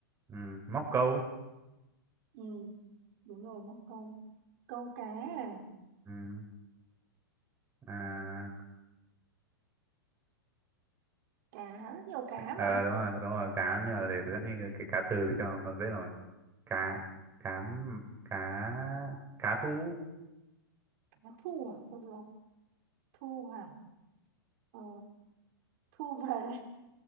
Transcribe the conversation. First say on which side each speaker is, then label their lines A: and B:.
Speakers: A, on the right (about 20°); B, on the right (about 55°).
A: ừ móc câu
B: ừ đúng rồi móc câu câu cá à
A: ừ à
B: cá nhiều cá
A: ờ
B: mà
A: đúng rồi đúng rồi cá nhưng mà để tôi nghĩ cái, cái cá từ thì cho nó dễ rồi cá cá m- cá cá thu
B: cá thu à thôi được thu à ờ, thu về